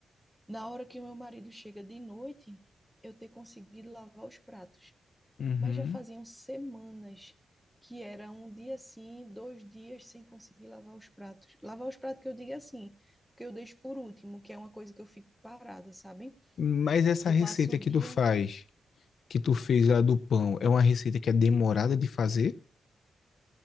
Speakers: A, in the centre; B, on the left (about 65°).
A: na hora que o meu marido chega de noite, eu ter conseguido lavar os pratos.
B: uhum.
A: Mas já faziam semanas que era um dia assim, dois dias sem conseguir lavar os pratos. Lavar os pratos que eu digo é assim, porque eu deixo por último, que é uma coisa que eu fico parada, sabe?
B: Mas essa
A: Eu
B: receita
A: passo o
B: que
A: dia
B: tu faz, que tu fez lá do pão, é uma receita que é demorada de fazer?